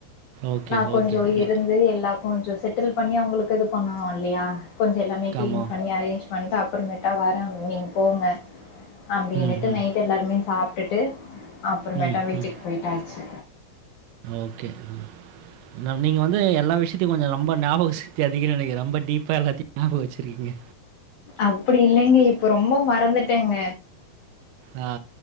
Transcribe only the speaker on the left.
நா கொஞ்சோ
இருந்து எல்லா கொஞ்சோ செட்டில் பண்ணி அவங்களுக்கு இது பண்ணனு இல்லையா கொஞ்சோ எல்லாமே கிளீன்
பண்ணி அரேஞ்ச் பன்ட்டு அப் ஒரு <unintelligible> அட்ட வாரம் நீங் போங்க அப்டின்னுட்டு
நைட் எல்லாருமே சாப் ப்டுட்டு அப்புறமேட்டா
வீட்டுக்கு
போயிட்டாச்சு
அப்புடி இல்லைங்க இப்ப ரொம்ப மறந்து டங்க